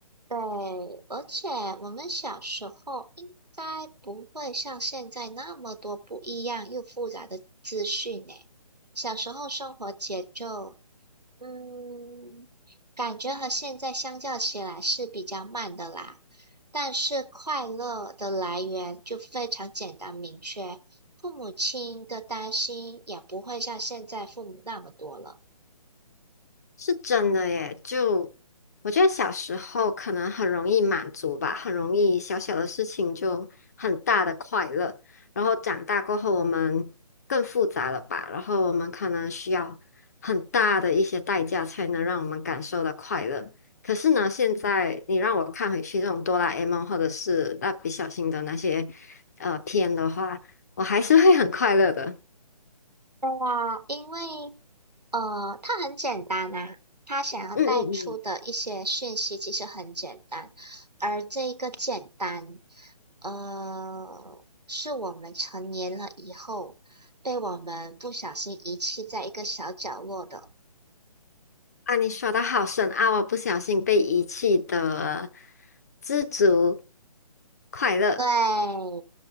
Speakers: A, on the right (about 85°); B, on the left (about 25°).
A: 对，而且我们小时候应该不会像现在那么多不一样又复杂的资讯呢。小时候生活节奏，嗯，感觉和现在相较起来是比较慢的啦。但是快乐的来源就非常简单明确，父母亲的担心也不会像现在父母那么多了。
B: 是真的耶，就我觉得小时候可能很容易满足吧，很容易小小的事情就很大的快乐。然后长大过后，我们更复杂了吧？然后我们可能需要很大的一些代价才能让我们感受到快乐。可是呢，现在你让我看回去这种哆啦 A 梦或者是蜡笔小新的那些呃片的话，我还是会很快乐的。
A: 哇，因为呃，它很简单啊，他想要带出的一些讯息其实很简单，
B: 嗯嗯嗯。
A: 而这一个简单，呃，是我们成年了以后被我们不小心遗弃在一个小角落的。
B: 啊，你说的好深奥啊，我不小心被遗弃的知足快乐。
A: 对，